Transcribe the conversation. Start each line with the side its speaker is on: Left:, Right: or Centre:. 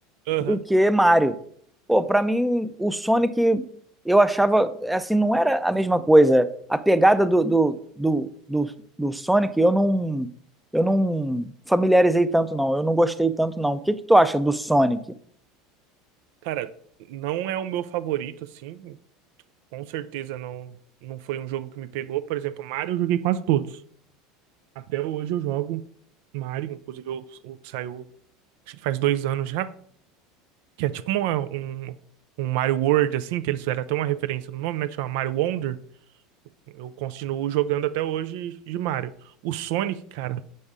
Right: Aham.
Centre: do que Mario. Pô, pra mim, o Sonic eu achava assim, não era a mesma coisa. A pegada do, do, do, do, do Sonic eu não eu não familiarizei tanto, não. Eu não gostei tanto, não. O que que tu acha do Sonic?
Right: Cara, não é o meu favorito, assim. Com certeza não, não foi um jogo que me pegou. Por exemplo, Mario eu joguei quase todos. Até hoje eu jogo Mario, inclusive o, o que saiu, acho que faz dois anos já, que é tipo uma- um, um Mario World, assim, que eles fizeram até uma referência no nome, né? Que chama Mario Wonder. Eu continuo jogando até hoje de Mario. O Sonic, cara,